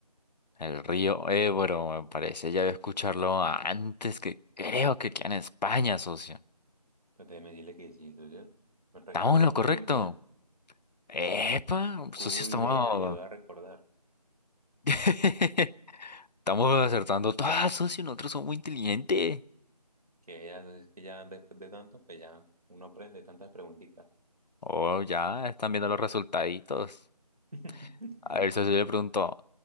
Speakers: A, on the left; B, on the right.
A: El río Ebro, me parece. Ya había escucharlo antes que creo que queda en España, socio.
B: Pues déjeme decirle que sí, socio. Me recordó
A: ¿Estamos en lo
B: muy
A: correcto?
B: bien.
A: Epa, socio,
B: Google
A: estamos...
B: le ayudó a recordar.
A: <laughs> Estamos acertando todas, socio. Nosotros somos muy inteligentes.
B: Que ya, es que ya después de tanto, pues ya uno aprende tantas preguntitas.
A: Oh, ya, están viendo los resultaditos.
B: <laughs>
A: A ver, socio, yo le pregunto.